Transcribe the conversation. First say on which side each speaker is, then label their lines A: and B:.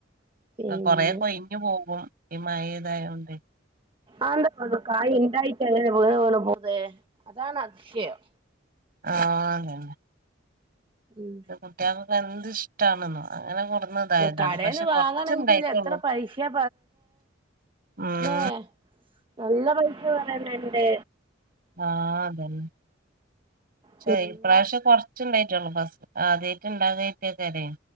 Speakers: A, on the right; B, on the right.
A: പിന്നെ
B: കോറെ കോയിഞ്ഞു പോകും ഈ മഴയതായോണ്ട്
A: ആ <unintelligible> കായി ഇണ്ടായിട്ട് അങ്ങെനെ വീണ് വീണ് പോവുന്നെ അതാണ് അതിശയം
B: ആ അങ്ങന്നെ
A: ഉം
B: ഇന്റെ കുട്ടിൾകോകെ എന്ത് ഇഷ്ടണെന്നോ അങ്ങനെ കൊണ്ടുന്നിതായതാണ്
A: കടേന്ന്
B: പക്ഷെ കൊറച്ച്ണ്ടായിട്ടുള്ളൂ
A: വാങ്ങണെങ്കില് എത്ര പൈസയാ
B: ഉംഹ്
A: ഏ നല്ല പൈസ പറയണണ്ട്
B: ആഹ് അതന്നെ പക്ഷെ
A: പിന്നെ
B: ഇപ്രാവശ്യം കൊറച്ച് ച്ച്ണ്ടായിട്ടുള്ളൂ ഫസ്റ്റ് ആദ്യായിട്ട്ണ്ടാകായിക്കക്കാരെ